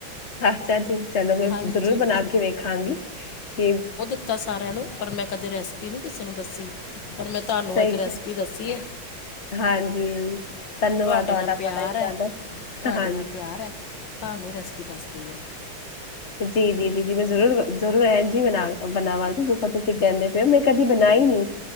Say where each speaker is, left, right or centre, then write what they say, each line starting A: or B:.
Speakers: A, on the left (about 40°); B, on the left (about 65°).
A: ਅੱਛਾ ਜੀ ਚਲੋ ਮੈ
B: ਹਾਂਜੀ
A: ਜ਼ਰੂਰ ਬਣਾ ਕੇ ਵੇਖਾਂਗੀ ਕਿ
B: ਕੀਤਾ ਸਾਰਿਆਂ ਨੂੰ ਪਰ ਮੈਂ ਕਦੇ ਰੈਸਪੀ ਨੀ ਕਿਸੇ ਨੂੰ ਦੱਸੀ ਪਰ ਮੈ ਤਾਨੂੰ
A: ਸਹੀ
B: ਅੱਜ ਰੈਸਪੀ ਦੱਸੀ ਏ
A: ਹਾਂਜੀ, ਧੰਨਵਾਦ
B: ਤੁਆਡੇ
A: ਤੁਹਾਡਾ
B: ਨਾਲ ਪਿਆਰ
A: ਬੜਾ ਹੀ ਜ਼ਿਆਦਾ।
B: ਐ ਤੁਆਡੇ
A: ਹਾਂਜੀ
B: ਨਾਲ ਪਿਆਰ ਐ ਤਾਨੂੰ ਰੈਸਪੀ ਦੱਸ ਤੀ ਐ।
A: ਜੀ -ਜੀ -ਜੀ -ਜੀ ਮੈਂ ਜ਼ਰੂਰ -ਜ਼ਰੂਰ ਐਨਜੀ ਨਾਲ ਬਨਾਵਾਂਗੀ ਜਿਦਾਂ ਤੁਸੀ ਕੈਂਦੇ ਪਏ ਓ ਮੈ ਕਦੀ ਬਨਾਈ ਨਈ